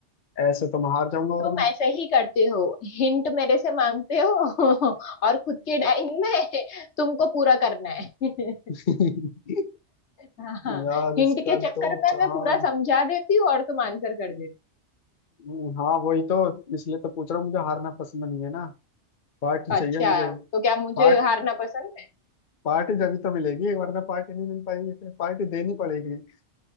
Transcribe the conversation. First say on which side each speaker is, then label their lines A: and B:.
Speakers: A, on the left; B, on the left.
A: ऐसे तो मैं हार जाऊंगा वरना
B: तुम ऐसे ही करते हो हिंट मेरे से मांगते हो <laughs> और खुद की डाइंग में तुमको पूरा करना है <laughs>
A: <laughs>
B: हाँ
A: यार
B: हिंट
A: इसका
B: के चक्कर
A: तो
B: में
A: चांद
B: मैं पूरा समझा देती हूँ और तुम आंसर कर देती
A: हम्म, हाँ वही तो इसलिए तो पूछ रहा हूँ मुझे हारना पसंद नहीं है ना पार्टी
B: हो।
A: चाहिए
B: अच्छा
A: मुझे
B: तो क्या मुझे
A: पार्ट
B: हारना पसंद है
A: पार्टी जब <laughs> ही तो मिलेगी वरना पार्टी नहीं मिल पाएगी फिर पार्टी देनी पड़ेगी